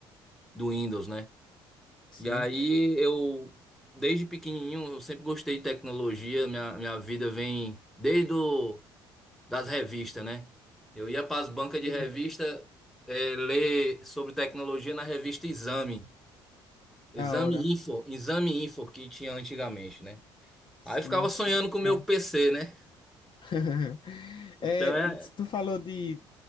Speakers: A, in the centre; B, on the left.
A: do Windows, né?
B: sim,
A: E aí eu, desde pequenininho, eu sempre gostei de tecnologia, minha, minha vida vem desde o das revistas, né? Eu ia para as bancas
B: sim,
A: de revista eh, ler sobre tecnologia na revista Exame,
B: da
A: Exame
B: hora.
A: Info, Exame Info que tinha antigamente, né?
B: Sim,
A: Aí eu ficava sonhando
B: sim.
A: com o meu
B: É.
A: PC, né?
B: <laughs>
A: Então
B: É,
A: é,
B: tu falou de,